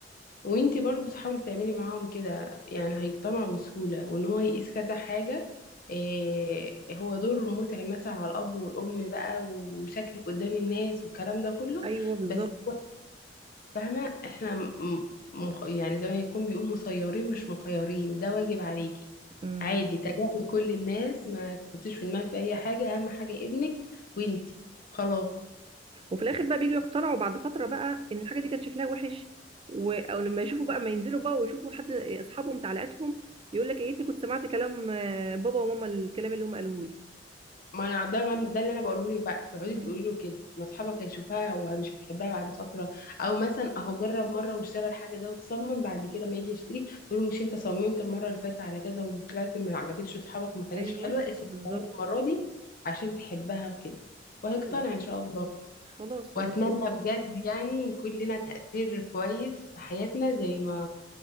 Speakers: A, on the left; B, on the right.
A: وانتي برضو تحاولي تعملي معاهم كده يعني هيقتنعوا بسهولة وان هو يقيس كذا حاجة إيه هو دور متعب مثلا على الأب والأم بقى وشكلك قدام الناس والكلام ده كله
B: ايوه بالظبط
A: بس هو فاهمة احنا م- مخ يعني زي ما يكون بيقول مسيرين مش مخيرين ده واجب عليكي
B: امم
A: عادي تجاهلي كل الناس ما تحطيش في دماغك أي حاجة أهم حاجة ابنك وانتي خلاص
B: وفي الاخر بقى بيجوا يقتنعوا بعد فتره بقى ان الحاجه دي كان شكلها وحش و... او لما يشوفوا بقى ما ينزلوا بقى ويشوفوا حد اصحابهم تعليقاتهم يقول لك يا ريتني كنت سمعت كلام آه، بابا وماما الكلام اللي هم قالوه لي
A: ما انا ده من ده اللي انا بقوله لك بقى تقعدي
B: مم.
A: تقولي له كده ما اصحابك هيشوفها ومش هتحبها بعد فتره او مثلا اهو جرب مره واشترى الحاجه ده وصمم بعد كده ما يجي يشتري يقول له مش انت صممت المره اللي فاتت على كذا وطلعت ما عجبتش اصحابك وما كانتش
B: ايوه
A: حلوه اسمع
B: بالظبط
A: كلامي المره دي عشان تحبها وكده وهيقتنع
B: طيب
A: ان شاء الله
B: خلاص
A: واتمنى
B: والله
A: بجد يعني يكون لنا تاثير كويس في حياتنا زي ما